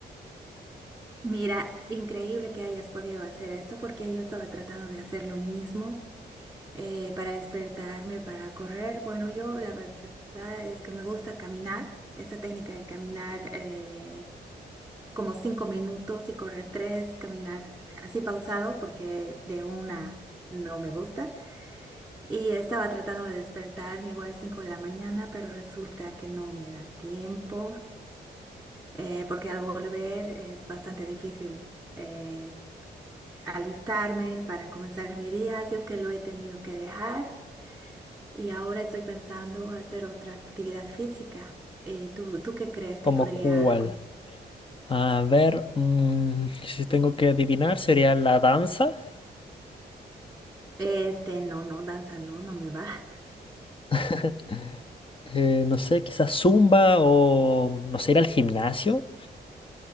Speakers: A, in the centre; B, on the left.
A: Mira, increíble que hayas podido hacer esto porque yo estaba tratando de hacer lo mismo eh, para despertarme, para correr. Bueno, yo la verdad es que me gusta caminar, esta técnica de caminar eh, como cinco minutos y correr tres, caminar así pausado porque de una no me gusta. Y estaba tratando de despertarme igual cinco de la mañana, pero resulta que no me da tiempo eh, porque al volver es bastante difícil. eh, alistarme para comenzar mi día, así es que lo he tenido que dejar y ahora estoy pensando hacer otra actividad física. Eh, ¿tú, tú qué crees que
B: ¿Como
A: podría...
B: cuál?
A: con-
B: A ver, mm, si tengo que adivinar, sería la danza.
A: Este, no, no, danza no, no me va. <laughs>
B: <laughs> Eh, no sé, quizás zumba o no sé, ir al gimnasio.